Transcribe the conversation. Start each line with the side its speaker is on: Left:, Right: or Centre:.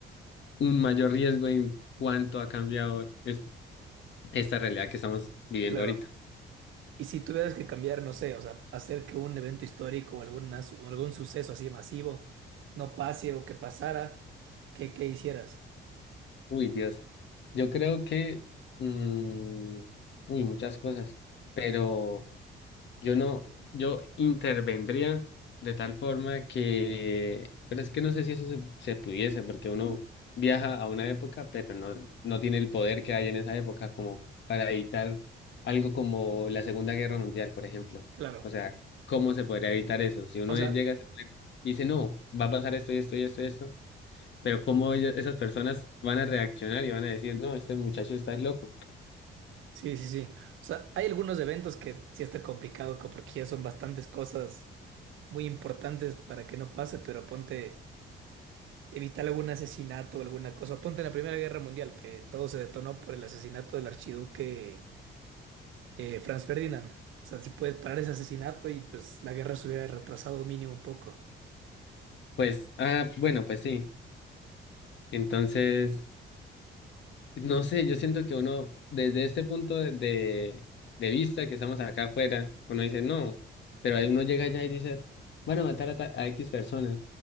Left: un mayor riesgo en cuanto ha cambiado es- esta realidad que estamos viviendo
Right: claro.
Left: ahorita.
Right: Y si tuvieras que cambiar, no sé, o sea, hacer que un evento histórico o alguna su- o algún suceso así masivo no pase o que pasara, ¿qué, qué hicieras?
Left: Uy, Dios. Yo creo que, mm, uy, muchas cosas, pero... Yo no, yo intervendría de tal forma que, pero es que no sé si eso se, se pudiese, porque uno viaja a una época, pero no, no tiene el poder que hay en esa época como para evitar algo como la Segunda Guerra Mundial, por ejemplo.
Right: Claro.
Left: O sea, ¿cómo se podría evitar eso? Si uno
Right: O sea,
Left: llega y dice, no, va a pasar esto y esto y esto y esto, pero ¿cómo ellas- esas personas van a reaccionar y van a decir, no, este muchacho está loco?
Right: sí, sí, sí. O sea, hay algunos eventos que sí está complicado co- porque ya son bastantes cosas muy importantes para que no pase, pero ponte, evitar algún asesinato o alguna cosa. Ponte en la Primera Guerra Mundial, que todo se detonó por el asesinato del archiduque. eh, Franz Ferdinand. O sea, si puedes parar ese asesinato y pues la guerra se hubiera retrasado mínimo un poco.
Left: Pues, ah, bueno, pues sí. Entonces... No sé, yo siento que uno, desde este punto de, de, de vista que estamos acá afuera, uno dice no, pero ahí uno llega allá y dice, van a matar a, ta- a X personas.